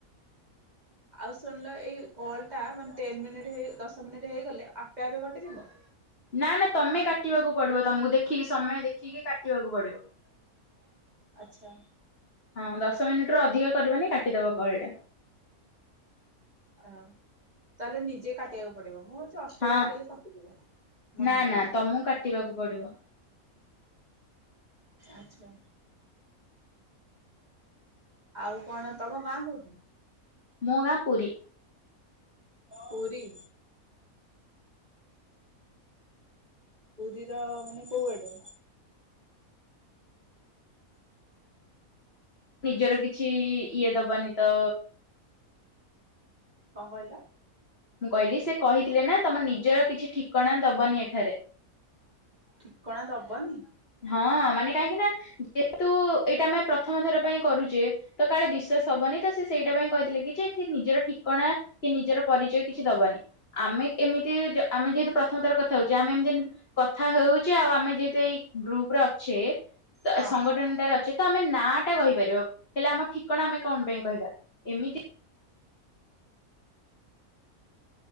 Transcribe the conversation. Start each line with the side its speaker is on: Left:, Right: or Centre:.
Right: ଆଉ ଶୁଣିଲ ଏଇ କଲ ଟା ମାନେ ଟେନ ମିନିଟ ହେ ଦଶ ମିନିଟ ହେଇଗଲେ ଆପେ ଆପେ କଟି ଯିବ?
Left: ନା ନା ତମେ କାଟିବାକୁ ପଡିବ ତମକୁ ଦେଖିକି ସମୟ ଦେଖିକି କାଟିବାକୁ ପଡିବ।
Right: ହୁଁ ଆଛା।
Left: ହଁ ଦଶ ମିନିଟ ରୁ ଅଧିକ କରିବନି କାଟିଦବ କଲ୍ ଟା।
Right: ଅ ତାହେଲେ ନିଜେ କାଟିବାକୁ ପଡ ମୁଁ ଭାବୁଛି ଅଟମେଟିକାଲି
Left: ହଁ।
Right: କଟିଯିବ ମାନକୁ
Left: ନା
Right: ମନ।
Left: ନା ତମକୁ କାଟିବାକୁ ପଡିବ
Right: ଆଚ୍ଛା। ଆଉ କଣ ତମ ଗାଁ କୋଉଠି?
Left: ମୋ ଗାଁ ପୁରୀ।
Right: ପୁରୀ। ଉଦିର ମାନେ କୋଉଆଟେ।
Left: ନିଜର କିଛି ଇଏ ଦବନି ତ।
Right: କଣ କହିଲ।
Left: ମୁଁ କହିଲି ସେ କହିଥିଲେ ନା ତମ ନିଜର କିଛି ଠିକଣା ଦବନି। ଏ
Right: ଠିକଣା ଦବନି।
Left: ହଁ ମାନେ କାହିଁକି ନା ଯେହେତୁ ଏଇଟା ଆମେ ପ୍ରଥମ ଥର ପାଇଁ କରୁଚେ। ତ କାଳେ ବିଶ୍ୱାସ ହବନି। ସେ ସେଇଟା ପାଇଁ କହିଥିଲେ କି ଯେଠି ନିଜର ଠିକଣା କି ନିଜର ପରିଚୟ କିଛି ଦବନି। ଆମେ ଏ ଏମତି ଆମେ ଯେହେତୁ ପ୍ରଥମ ଥର କଥା ହେଉଚି। ଆମେ ଏମିତି କଥା ହେଉଚେ। ଆଉ ଆମେ ଯେହେତୁ ଏଇ ଗ୍ରୁପ ର ଅଛେ ତ
Right: ହଁ
Left: ସଂଗଠନଟାରେ ଅଛେ। ତ ଆମେ ନା ଟା କହିପାରିବା। ହେଲେ ଆମ ଠିକଣା ଆମେ କଣ ପାଇଁ କହିବା। ଏମିତି